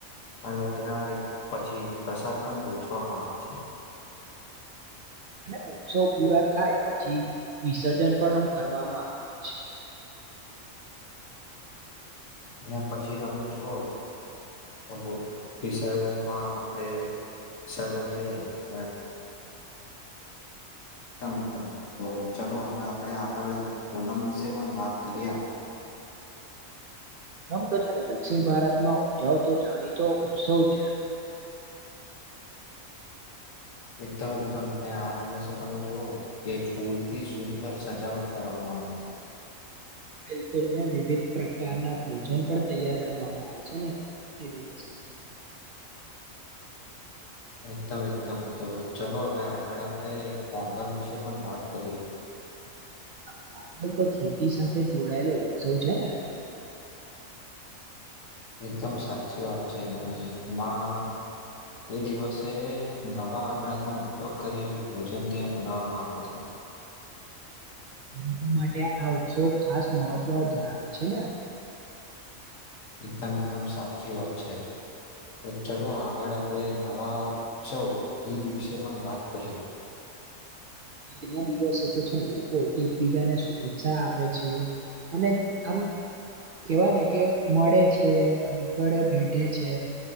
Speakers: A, on the left; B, on the right.
A: અને ત્યાં પછી પ્રસાદ પણ વેચવામાં આવે છે.
B: અને ઉત્સવ પૂરા થાય પછી વિસર્જન પણ આમ કરવામાં આવે છે.
A: અને પછી તમે જોઓ <unintelligible> વિસર્જનમાં આપણેે સર્જન થઈ જાય મે ધમ ધમ તો ચાલો હવે આપણેે આગળ પૂનમ વિશે પણ વાત કરીએ આપ
B: પૂનમ તો છે ને દક્ષિણ ભારતમાં ઉજાવતો જાણીતો ઉત્સવ છે
A: એકદમ એકદમ અને આ દિવસે તમે જુવો કે ફૂલ થી સુંદર સજાવટ કરવાનો હા
B: બિલકુલ અને વિવિધ પ્રકારના ભોજન પણ તૈયાર કરવામાં આવે છે ને એે દિવસે તો
A: એકદમ એકદમ તો ચલો હવે આગળ આપણેે પોંગલ વિશે પણ વાત કરીએ
B: પોંગલ તો ખેતી સાથે જોડાયેલો ઉત્સવ છે ને
A: એકદમ સાચી વાત છે ને <unintelligible> માં એ દિવસે નવા અનાજનો ઉપયોગ કરી ભોજન ત્યાં બનાવવામાં આવે છે
B: અને ખેડૂતો માટે આ ઉત્સવ ખાસ મહત્વ ધરાવે છે ને
A: એકદમ એકદમ સાચી વાત છે તો ચલો આગળ આપણે નવા ચૌ હઈદ વિશે પણ વાત કરીએ
B: ઈદ ના દિવસે તો છે ને લોકો એકબીજાને શુભેચ્છા આપે છે અને આમ કેવા ને કે મળે છેને આગળે ભેટેે છે